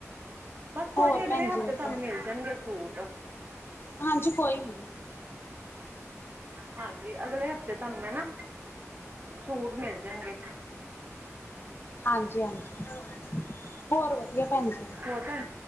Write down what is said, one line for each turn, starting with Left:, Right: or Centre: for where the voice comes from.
Right: ਬਸ ਕੋਈ
Left: ਹੋਰ
Right: ਨੀ, ਅਗਲੇ
Left: ਭੈਣ
Right: ਹਫ਼ਤੇ
Left: ਜੀ ਵਧੀਆ
Right: ਤਾਨੂੰ ਮਿਲ ਜਾਣਗੇ ਸੂਟ।
Left: ਹਾਂਜੀ, ਕੋਈ ਨੀ।
Right: ਹਾਂਜੀ, ਅਗਲੇ ਹਫ਼ਤੇ ਤਾਨੂੰ ਮੈਂ ਨਾ ਸੂਟ ਮਿਲ ਜਣਗੇ।
Left: ਹਾਂਜੀ ਹਾਂਜੀ, ਹੋਰ ਵਧੀਆ ਭੈਣ ਜੀ।
Right: ਹੋਰ ਭੈਣ